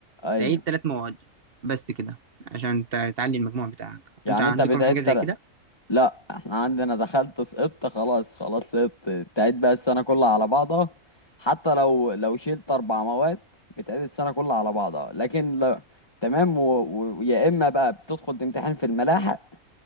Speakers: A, on the left (about 20°); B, on the right (about 50°).
A: ايوه
B: تعيد ثلاث مواد بس كده عشان ت- تعلي المجموع بتاعك
A: يعني
B: انتوا عندكم
A: انت بتعيد
B: حاجه زي
A: ترى
B: كده
A: لا احنا عندنا دخلت سقطت خلاص خلاص سقطت تعيد بقى السنة كلها على بعضها حتى لو لو شلت اربع مواد بتعيد السنة كلها على بعضها لكن لا تمام ويا اما بقى بتدخل تمتحن في الملاحق